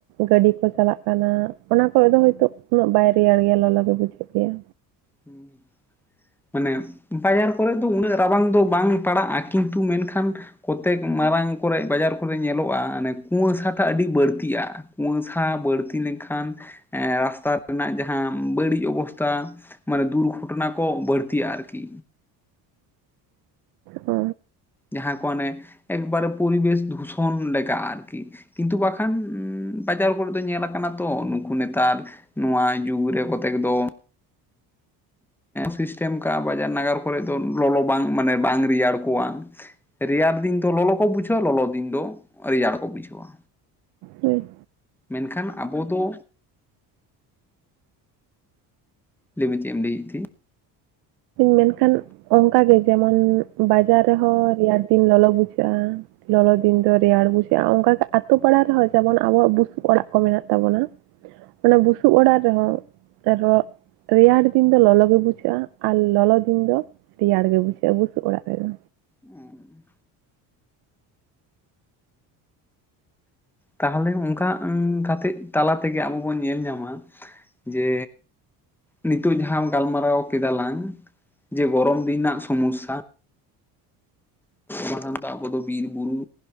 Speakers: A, on the right; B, in the centre.
A: ᱜᱟᱹᱰᱤ ᱠᱚ ᱪᱟᱞᱟᱜ ᱠᱟᱱᱟ ᱚᱱᱟᱠ ᱠᱚᱭ ᱫᱚ ᱦᱚᱭᱛᱳ ᱩᱱᱟᱹᱜ ᱵᱟᱭ ᱨᱮᱭᱟᱲ ᱜᱮᱭᱟ ᱞᱚᱞᱚ ᱜᱮ ᱵᱩᱡᱷᱟᱹᱜ ᱜᱮᱭᱟ
B: ᱦᱩᱸ ᱢᱟᱱᱮ ᱵᱟᱡᱟᱨ ᱠᱚᱨᱮᱜ ᱫᱚ ᱩᱱᱟᱹᱜ ᱨᱟᱵᱟᱝ ᱫᱚ ᱵᱟᱝ ᱯᱟᱲᱟᱜᱼᱟ ᱠᱤᱱᱛᱩ ᱢᱮᱱᱠᱷᱟᱱ ᱠᱚᱛᱮᱠ ᱢᱟᱨᱟᱝ ᱠᱚᱨᱮᱜ ᱵᱟᱡᱟᱨ ᱠᱚᱨᱮ ᱧᱮᱞᱚᱜᱼᱟ ᱢᱟᱱᱮ ᱠᱩᱸᱣᱟᱹᱥᱟ ᱴᱟᱜ ᱟᱹᱰᱤ ᱵᱟᱹᱲᱛᱤᱜᱼᱟ ᱠᱩᱸᱣᱟᱹᱥᱟ ᱵᱟᱹᱲᱛᱤ ᱞᱮᱱᱠᱷᱟᱱ ᱮ ᱨᱟᱥᱛᱟ ᱨᱮᱱᱟᱜ ᱡᱟᱦᱟᱸ ᱵᱟᱹᱲᱤᱡ ᱚᱵᱚᱥᱛᱷᱟ ᱢᱟᱱᱮ ᱫᱩᱨᱜᱷᱚᱴᱚᱱᱟ ᱠᱚ ᱵᱟᱹᱲᱛᱤᱜᱼᱟ ᱟᱨᱠᱤ
A: ᱚ
B: ᱡᱟᱦᱟᱸ ᱠᱚ ᱚᱱᱮ ᱮᱠᱵᱟᱨᱮ ᱯᱚᱨᱵᱮᱥ ᱫᱷᱩᱥᱚᱱ ᱞᱮᱠᱟ ᱟᱨᱠᱤ ᱠᱤᱱᱛᱩ ᱵᱟᱠᱷᱟᱱ ᱵᱟᱡᱟᱨ ᱠᱚᱨᱮ ᱫᱚ ᱧᱮᱞᱟ ᱟᱠᱟᱱᱟ ᱛᱚ ᱱᱩᱠᱩ ᱱᱮᱛᱟᱨ ᱱᱚᱣᱟ ᱡᱩᱜᱽ ᱨᱮ ᱠᱚᱛᱮᱠ ᱫᱚ ᱥᱤᱥᱴᱮᱢ ᱠᱟᱜ-ᱟ ᱵᱟᱡᱟᱨ ᱱᱟᱜᱟᱨ ᱠᱚᱨᱮ ᱫᱚ ᱞᱚᱞᱚ ᱵᱟᱝ ᱢᱟᱱᱮ ᱵᱟᱝ ᱨᱮᱭᱟᱲ ᱠᱚᱣᱟ ᱨᱮᱭᱟᱲ ᱫᱤᱱ ᱫᱚ ᱞᱚᱞᱚ ᱠᱚ ᱵᱩᱡᱷᱟᱹᱣᱟ ᱞᱚᱞᱚ ᱫᱤᱱ ᱫᱚ ᱨᱮᱭᱟᱲ ᱠᱚ ᱵᱩᱡᱷᱟᱹᱣᱟ
A: ᱦᱩᱸ
B: ᱢᱮᱱᱠᱷᱟᱱ ᱟᱵᱚ ᱫᱚ ᱞᱟᱹᱭ ᱢᱮ ᱪᱮᱫ ᱮᱢ ᱞᱟᱹᱭᱮᱫ ᱛᱷᱮ
A: ᱢᱮᱱᱠᱷᱟᱱ ᱚᱱᱠᱟᱜᱮ ᱡᱮᱢᱚᱱ ᱵᱟᱡᱟᱨ ᱨᱮᱦᱚᱸ ᱨᱮᱭᱟᱲ ᱫᱤᱱ ᱞᱚᱞᱚ ᱵᱩᱡᱷᱟᱹᱜᱼᱟ ᱞᱚᱞᱚ ᱫᱤᱱ ᱫᱚ ᱨᱮᱭᱟᱲ ᱵᱩᱡᱷᱟᱹᱜᱼᱟ ᱚᱱᱠᱟ ᱜᱮ ᱟᱛᱩ ᱯᱟᱲᱟ ᱨᱮᱦᱚᱸ ᱡᱮᱢᱚᱱ ᱟᱵᱚᱣᱟᱜ ᱵᱩᱥᱩᱵ ᱚᱲᱟᱜ ᱠᱚ ᱢᱮᱱᱟᱜ ᱛᱟᱵᱚᱱᱟ ᱚᱱᱟ ᱵᱩᱥᱩᱵ ᱚᱲᱟᱜ ᱨᱮᱦᱚᱸ ᱨᱮᱭᱟᱲ ᱫᱤᱱ ᱫᱚ ᱞᱚᱞᱚ ᱜᱮ ᱵᱩᱡᱷᱟᱹᱜᱼᱟ ᱟᱨ ᱞᱚᱞᱚ ᱫᱤᱱ ᱫᱚ ᱨᱮᱭᱟᱲ ᱜᱮ ᱵᱩᱡᱷᱟᱹᱜᱼᱟ ᱵᱩᱥᱩᱵ ᱚᱲᱟᱜ ᱨᱮᱫᱚ
B: ᱩᱸ ᱛᱟᱦᱚᱞᱮ ᱚᱱᱠᱟ ᱠᱟᱛᱮᱜ ᱛᱟᱞᱟ ᱛᱮᱜᱮ ᱟᱵᱚ ᱵᱚᱱ ᱧᱮᱞ ᱧᱟᱢᱟ ᱡᱮ ᱱᱤᱛᱚᱜ ᱡᱟᱦᱟᱸ ᱜᱟᱞᱢᱟᱨᱟᱣ ᱠᱮᱫᱟ ᱞᱟᱝ ᱡᱮ ᱜᱚᱨᱚᱢ ᱫᱤᱱ ᱨᱮᱱᱟᱜ ᱥᱚᱢᱚᱥᱥᱟ ᱢᱟᱨᱟᱝ ᱫᱚ ᱟᱵᱚ ᱫᱚ ᱵᱤᱨ ᱵᱩᱨᱩ